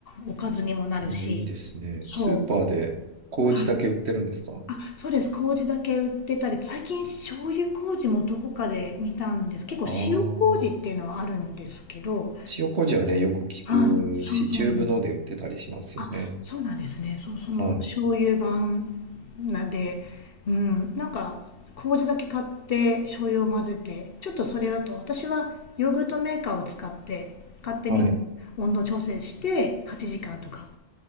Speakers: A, on the left; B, on the right.
A: おかずにもなるし
B: あ、いいですね。
A: そう
B: スーパーで麹だけ売ってるんですか
A: はいあそうです麹だけ売ってたり最近醤油麹もどこかで見たんです結構塩麹っていうのはあるんですけど
B: ああー。塩麹はね、よく聞
A: はい、そうそうなんです。
B: くし、チューブので売ってたりしますよね。
A: あ、そうなんですね。そう、その醤油版なで、
B: はい。
A: うん、なんか麹だけ買って醤油を混ぜて、ちょっとそれだと私はヨーグルトメーカーを使って勝手にもう温度調整して8時間とか
B: はい。